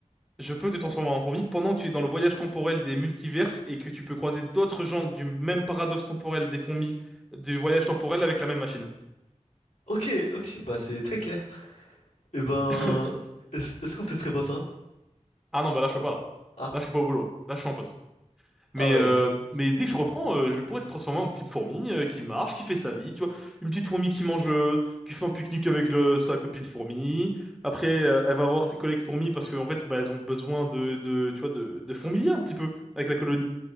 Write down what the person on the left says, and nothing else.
Ok, ok, bah c'est très clair. Eh ben,
est-ce est-ce qu'on testerait pas ça?
Ah,
ah ouais,
ok.